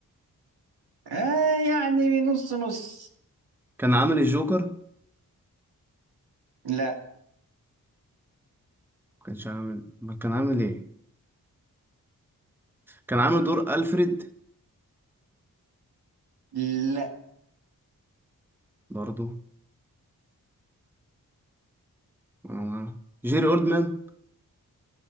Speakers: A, on the right; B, in the centre.
A: آه يعني نص نص
B: كان عامل الجوكر
A: لا
B: ما كانش عامل ما كان عامل إيه كان عامل دور ألفريد
A: لا
B: برضو أنا ما أعرف. جيري أولدمان